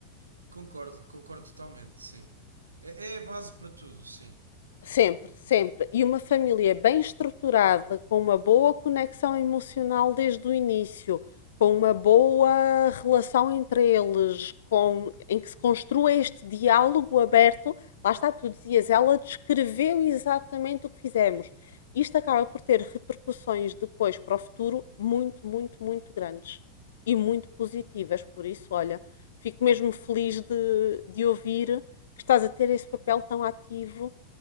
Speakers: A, on the right; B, on the left.
A: Concordo, concordo totalmente, sim. É, é a base para tudo, sim.
B: Sempre, sempre. E uma família bem estruturada, com uma boa conexão emocional desde o início, com uma boa relação entre eles, com, em que se construa este diálogo aberto. Lá está, tu dizias, ela descreveu exatamente o que fizemos. Isto acaba por ter repercussões depois para o futuro muito, muito, muito grandes e muito positivas. Por isso, olha, fico mesmo feliz de, de ouvir que estás a ter esse papel tão ativo